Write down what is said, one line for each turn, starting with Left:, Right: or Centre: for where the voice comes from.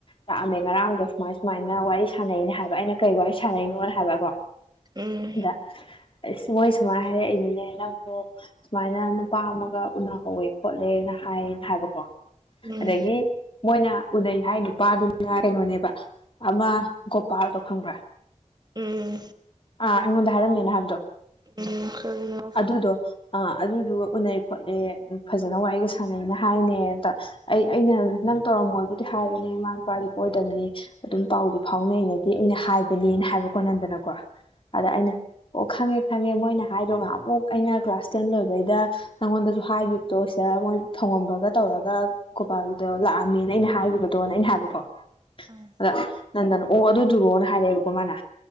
Left: ꯂꯥꯛꯑꯝꯃꯦ ꯉꯔꯥꯡꯗꯣ ꯁꯨꯃꯥꯏ ꯁꯨꯃꯥꯏꯅ ꯋꯥꯔꯤ ꯁꯥꯟꯅꯩꯅꯦ ꯍꯥꯏꯕ ꯑꯩꯅ ꯀꯩ ꯋꯥꯔꯤ ꯁꯥꯟꯅꯅꯣꯅ ꯍꯥꯏꯕꯀꯣ
Right: ꯎꯝ
Left: ꯑꯗ ꯑꯁ ꯃꯣꯏ ꯁꯨꯃꯥꯏꯟ ꯍꯥꯏꯔꯛꯏꯅꯤꯅꯦ ꯅꯪꯗꯣ ꯁꯨꯃꯥꯏꯅ ꯅꯨꯄꯥ ꯑꯃꯒ ꯎꯅꯍꯧꯋꯦ ꯈꯣꯠꯂꯦꯅ ꯍꯥꯏꯌꯦꯅ ꯍꯥꯏꯕꯀꯣ
Right: ꯎꯝ
Left: ꯑꯗꯒꯤ ꯃꯣꯏꯅ ꯎꯅꯩ ꯍꯥꯏ ꯅꯨꯄꯥꯗꯨꯅ <unintelligible> ꯀꯩꯅꯣꯅꯦꯕ ꯑꯃ ꯒꯣꯄꯥꯜꯗꯣ ꯈꯪꯕ꯭ꯔꯥ
Right: ꯎꯝ
Left: ꯑꯥ ꯑꯩꯉꯣꯟꯗ ꯍꯥꯏꯔꯝꯃꯦꯅ ꯍꯥꯏꯕꯗꯣ
Right: ꯎꯝ ꯀꯔꯤꯅꯣ ꯂꯧꯁꯜꯂꯨꯕꯗꯣ
Left: ꯑꯗꯨꯗꯣ ꯑ ꯑꯗꯨꯗꯨꯒ ꯎꯅꯩ ꯈꯣꯠꯂꯦ ꯐꯖꯅ ꯋꯥꯔꯤꯒ ꯁꯥꯟꯅꯩꯅ ꯍꯥꯏꯅꯦꯕ ꯑꯩ ꯑꯩꯅ ꯅꯪ ꯇꯧꯔꯝꯃꯣꯏꯕꯨꯗꯤ ꯍꯥꯏꯕꯅꯦ ꯃꯥꯅ ꯇꯥꯒꯤ ꯀꯣꯏꯗꯕꯅꯤ ꯑꯗꯨꯝ ꯄꯥꯎꯗꯤ ꯐꯥꯎꯅꯩꯅꯗꯤ ꯑꯩꯅ ꯍꯥꯏꯕꯅꯦꯅ ꯍꯥꯏꯕꯀꯣ ꯅꯟꯗꯅꯀꯣ ꯑꯗ ꯑꯩꯅ ꯑꯣ ꯈꯪꯉꯦ ꯈꯪꯉꯦ ꯃꯣꯏꯅ ꯍꯥꯏꯗꯣ ꯉꯍꯥꯟꯃꯨꯛ ꯑꯩꯅ ꯀ꯭ꯂꯥꯁ ꯇꯦꯟ ꯂꯣꯏꯕꯩꯗ ꯅꯪꯉꯣꯟꯗꯖꯨ ꯍꯥꯏꯒꯤꯕꯗꯣ ꯁꯤꯗ ꯃꯣꯏ ꯊꯧꯉꯝꯕꯒ ꯇꯧꯔꯒ ꯒꯣꯕꯥꯜꯒ ꯇꯧꯔ ꯂꯥꯛꯑꯝꯃꯦꯅ ꯑꯩꯅ ꯍꯥꯏꯒꯤꯕꯗꯣꯅ ꯑꯩꯅ ꯍꯥꯏꯕꯀꯣ
Right: ꯎꯝ
Left: ꯑꯗ ꯅꯟꯗꯟ ꯑꯣ ꯑꯗꯨꯗꯨꯔꯣꯅ ꯍꯥꯏꯔꯛꯑꯦꯕꯀꯣ ꯃꯥꯅ